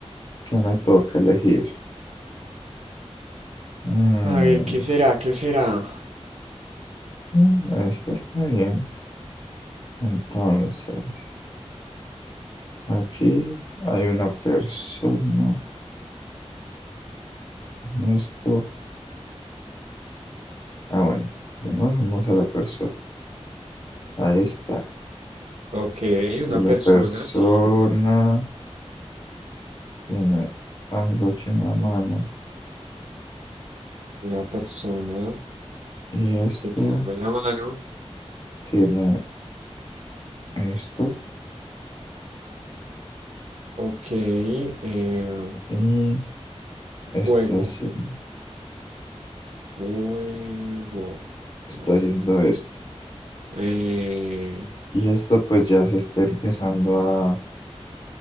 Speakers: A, on the left; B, on the right.
A: ¿qué me toca elegir? Mm,
B: A ver, ¿qué será? ¿Qué será?
A: mm, este está bien. Entonces, aquí hay una persona. En esto. Ah, bueno. Le vamos a la persona. Ahí está.
B: Ok, una
A: Y la
B: persona,
A: persona.
B: sí.
A: tiene algo aquí en la mano
B: Una persona
A: y esto
B: que te hago en la mano.
A: tiene esto
B: Ok, eh,
A: y está
B: fuego.
A: haciendo,
B: Fuego.
A: está
B: No.
A: haciendo esto.
B: Eh,
A: Y esto pues ya se está empezando a...